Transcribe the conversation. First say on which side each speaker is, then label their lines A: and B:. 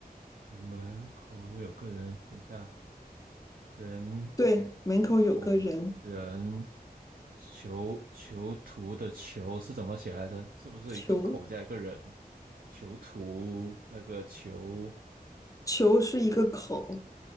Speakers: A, on the right (about 65°); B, on the left (about 20°).
A: 门口有个人，等一下，人
B: 对，门口有个人，
A: 偶人囚囚徒的囚是怎么写来着？是不是一个口加一个人？
B: 球
A: 囚徒那个囚，
B: 球是一个口，